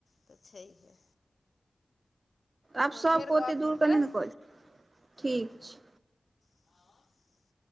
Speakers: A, on the left (about 70°); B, on the right (about 50°).
A: तऽ छहियै
B: आब सबक
A: फेर
B: ओते
A: गप
B: दूर
A: हेतै
B: के ने कह ठीक छै
A: ह